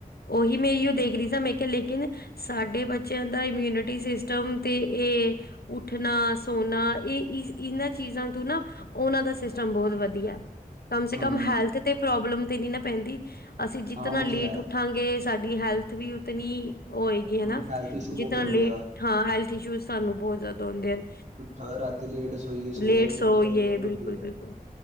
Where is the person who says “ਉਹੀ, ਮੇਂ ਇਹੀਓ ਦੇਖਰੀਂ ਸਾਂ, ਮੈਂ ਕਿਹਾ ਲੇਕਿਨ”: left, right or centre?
Left